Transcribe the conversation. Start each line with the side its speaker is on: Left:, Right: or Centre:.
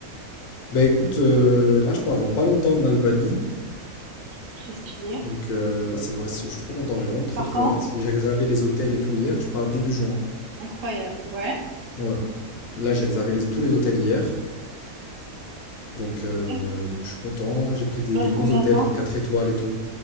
Left: Bah écoute, euh, là je pars dans pas longtemps en Albanie.
Right: Très stylé.
Left: Donc euh, ouais, c'est, ouais, c'est- je suis trop content, j'ai vraiment trop
Right: Par
Left: trop
Right: quand?
Left: hâte. J'ai réservé les hôtels et tout hier, je pars début juin.
Right: Incroyable. Ouais.
Left: Bon, Ouais. Là j'ai réservé les- tous les hôtels hier. Donc, euh,
Right: Ok.
Left: donc je suis content, j'ai pris des,
Right: Ça
Left: des
Right: reste
Left: bons
Right: combien
Left: hôtels,
Right: de temps?
Left: genre 4 étoiles et tout.